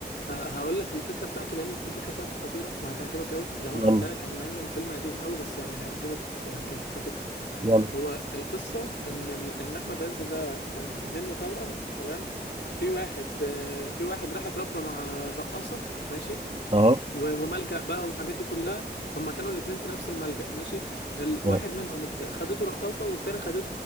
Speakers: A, on the left; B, on the right.
A: هقول لك الفكره بتاعته لان الفكره بتاعته خطيره وهتعجبك قوي لو
B: يلا
A: انا قلت لك يعني مع ان الفيلم قديم قوي بس يعني هيعجبك ك- كفكره
B: يلا
A: هو القصة إن ال... إن أحمد عز ده كان منه توأم تمام في واحد آه، في واحد راح اتربى مع الرقاصة ماشي
B: اهو
A: و... وملجأ بقى والحاجات دي كلها هما كانوا الاتنين في نفس الملجأ ماشي الواحد
B: أهو.
A: منهم ات- خدته رقاصة والتاني خدته